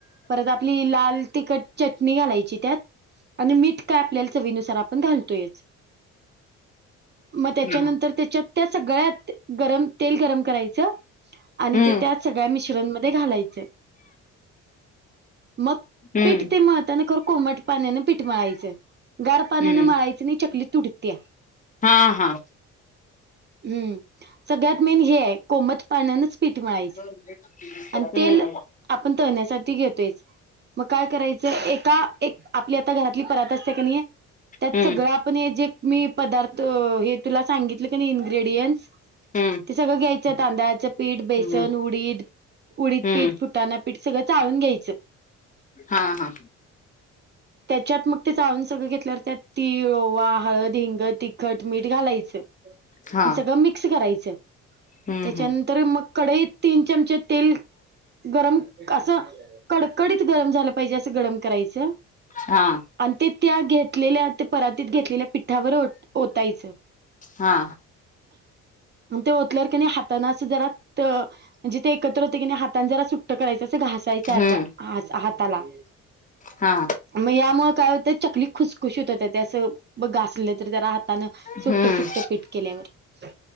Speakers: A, on the right (about 35°); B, on the left (about 25°).
A: परत आपली लाल तिखट चटणी घालायची त्यात आणि मीठ काय आपल्याला चवीनुसार आपण घालतोय. मग त्याच्यानंतर
B: हम्म
A: त्याच्यात त्या सगळ्यात गरम तेल गरम कराय आणि
B: हम्म
A: ते त्यात सगळ्या मिश्रणमध्ये घालायचं. मग
B: हम्म
A: पीठ ते मळताना खरं कोमट पाण्याने पीठ मळायचे. गार पाण्याने
B: हम्म
A: मळायच नाही चकली तुटते.
B: हा हा.
A: हम्म सगळ्यात मेन हे आहे कोमट पाण्यानच पीठ मळायच
B: हम्म
A: आणि तेल आपण तळण्यासाठी घेतोयच. मग काय करायचं एका एक आपली आता घरातली परात असते का नाही त्यात
B: हम्म
A: सगळं पण हे जे मी पदार्थ हे तुला सांगितलं इंग्रेडिँट्स
B: हम्म
A: ते सगळं घ्याय त्यात तांदळाचं पीठ बेसन
B: हम्म
A: उडीद उडीद
B: हम्म
A: पीठ फुटाना पीठ सगळं चाळून घ्यायचं
B: हा हा!
A: त्याच्यात मग ते चाळून सगळं घेतल्यावरती तीळ ओवा हळद हिंग तिखट मीठ घालायचं
B: हा
A: सगळं मिक्स करायचं
B: हम्म
A: त्याच्यानंतर
B: हम्म
A: मग कढईत तीन चमचे तेल गरम असं कडकडीत गरम झालं पाहिजे असं गरम करायचं
B: हा
A: आणि ते त्या घेतलेल्या ते परातीत घेतलेल्या पिठावर ओतायचं
B: हा!
A: आण ते ओतल्यावर कणी हातान अस जरा त म्हणजे ते एकत्र होते की नाही हातान जरा सुट्ट करायं अस घास सायच आता
B: हम्म
A: असं हात हाताला
B: हा
A: म यामुळं काय होतं चकली खुसखुशी होत होत त्ते असं मग घासले तरी जरा हाताानं सुट्टे
B: हम्म.
A: सुट्टे पीठ केल्यावर